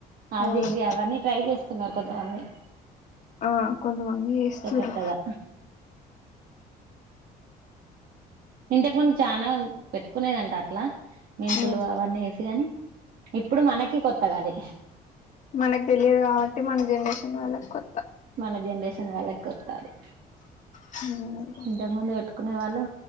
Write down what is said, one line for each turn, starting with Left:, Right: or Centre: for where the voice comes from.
Right: అది
Left: ఆ
Right: ఇది అవన్నీ ట్రై చేస్తున్నా కొత్తవన్ని
Left: ఆ కొంతమంది చేస్తుర్రు.
Right: కొత్తగా ఇంతకుముందు చాలా పెట్టుకునేదంట అట్లా. మెంతులు
Left: ఉమ్
Right: అవన్నీ వేసిగాని ఇప్పుడు మనకి కొత్తగాది.
Left: మనకు తెలియదు కాబట్టి మన జనరేషన్ వాళ్ళకి కొత్త.
Right: మన జనరేషన్ వాళ్ళకొత్త అది
Left: హ.
Right: ఇంతకు ముందు పెట్టుకునే వాళ్ళు